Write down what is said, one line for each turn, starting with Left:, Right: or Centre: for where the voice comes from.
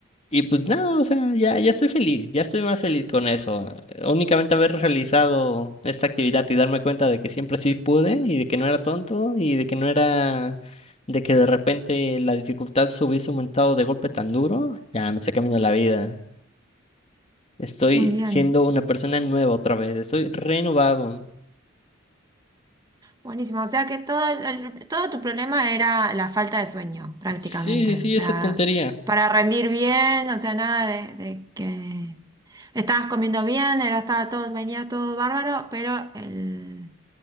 Left: Y pues nada, o sea, ya, ya estoy feliz, ya estoy más feliz con eso. eh, Únicamente haber realizado esta actividad y darme cuenta de que siempre sí pude y de que no era tonto y de que no era, de que de repente la dificultad se hubiese aumentado de golpe tan duro, ya me está cambiando la vida. Estoy
Right: Muy bien.
Left: siendo una persona nueva otra vez, estoy renovado.
Right: Buenísimo, o sea que todo, el- todo tu problema era la falta de sueño, prácticamente.
Left: Sí, sí, sí,
Right: O sea,
Left: esa tontería.
Right: para rendir bien, o sea, nada de, de que estabas comiendo bien, era, estaba todo, venía todo bárbaro, pero el,